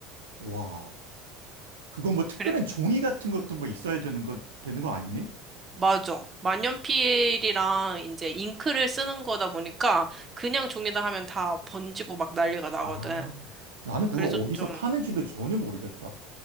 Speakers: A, on the right (about 80°); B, on the right (about 25°).
A: 와. 그거 뭐 특별한
B: 그래.
A: 종이 같은 것도 뭐 있어야 되는 거, 되는 거 아니니?
B: 맞아. 만년필이랑 이제 잉크를 쓰는 거다 보니까 그냥 종이다 하면 다 번지고 막 난리가 나거든.
A: 아. 나는 그거
B: 그래서
A: 어디서
B: 좀,
A: 파는지도 전혀 모르겠다.